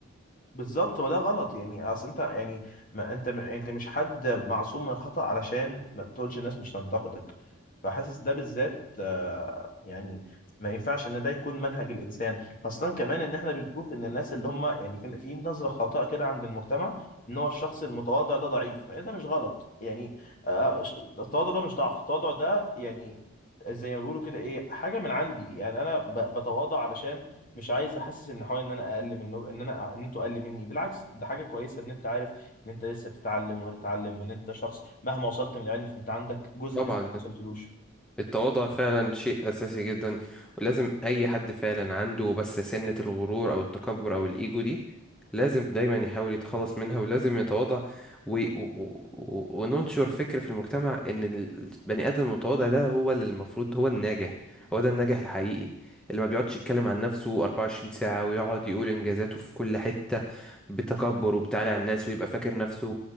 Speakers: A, on the left; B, in the centre.
A: بالظبط وده غلط يعني اصل انت يعني ما انت انت مش حد معصوم من الخطأ علشان ما تقولش الناس مش تنتقدك فحاسس ده بالذات آه، يعني ما ينفعش ان ده يكون منهج الانسان خاصة كمان ان احنا بنشوف ان الناس اللي هم يعني في في نظرة خاطئة كده عند المجتمع ان هو الشخص المتواضع ده ضعيف يعني ده مش غلط يعني آه، التواضع ده مش ضعف التواضع ده يعني زي ما بيقولوا كده ايه حاجة من عندي يعني انا ب- بتواضع علشان مش عايز احسس ان حوالي ان انا اقل منه ان انا ان انتوا اقل مني بالعكس ده حاجه كويسه ان انت عارف ان انت لسه بتتعلم وهتتعلم وان انت شخص مهما وصلت من العلم فانت عندك جزء
B: طبعا
A: لسه ما وصلتلوش
B: التواضع فعلا شيء أساسي جدا ولازم أي حد فعلا عنده بس سنة الغرور أو التكبر أو الإيجو دي لازم دايما يحاول يتخلص منها ولازم يتواضع و... و... و- وننشر فكر في المجتمع إن البني آدم المتواضع ده هو اللي المفروض هو الناجح هو ده الناجح الحقيقي اللي ما بيقعدش يتكلم عن نفسه 24 ساعة ويقعد يقول إنجازاته في كل حتة بتكبر وبتعالي على الناس ويبقى فاكر نفسه